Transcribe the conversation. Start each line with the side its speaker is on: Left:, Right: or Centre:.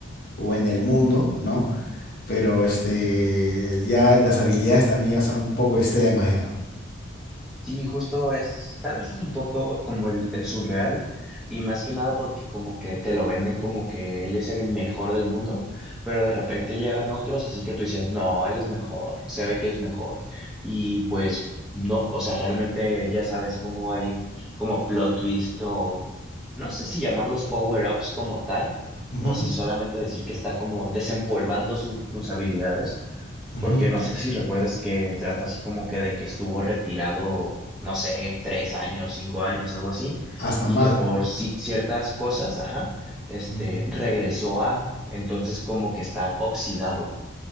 Left: o en el mundo, ¿no? pero este, ya las habilidades también ya son un poco extremas ya.
Centre: Sí, justo es, tal vez es un poco como el, el surreal y más que nada porque como que te lo venden como que él es el mejor del mundo, pero de repente llegan otros, así que tú dices, no, él es mejor, se ve que es mejor y pues no, o sea, realmente ya sabes cómo hay como plot twist o no sé si llamarlos power-ups como tal
Left: Ujú,
Centre: o si solamente decir que está como desempolvando sus, sus habilidades
Left: ujú,
Centre: porque no sé si recuerdas que trata así como que de que estuvo retirado, no sé, tres años, cinco años, algo así,
Left: Hasta
Centre: y
Left: más.
Centre: que por
Left: c-
Centre: ci- ciertas cosas, ajá, este,
Left: ujú.
Centre: regresó a, entonces como que está oxidado.